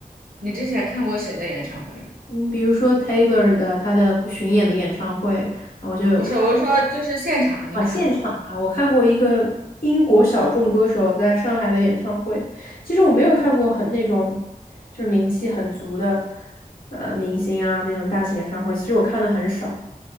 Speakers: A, on the right; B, on the left.
A: 你之前看过谁的演唱会吗？
B: 嗯，比如说 Taylor 的她的巡演的演唱会，然后我就有看。
A: 不是，我是说就是现场你看过吗？
B: 啊，现场啊，我看过一个英国小众歌手在上海的演唱会。其实我没有看过很那种就是名气很足的呃明星啊那种大型演唱会，其实我看的很少。